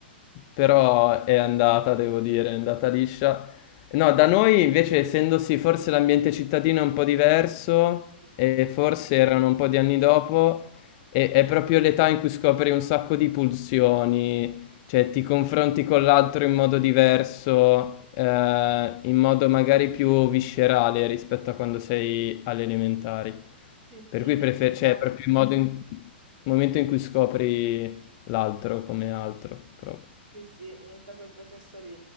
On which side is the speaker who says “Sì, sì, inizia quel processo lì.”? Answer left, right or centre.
Right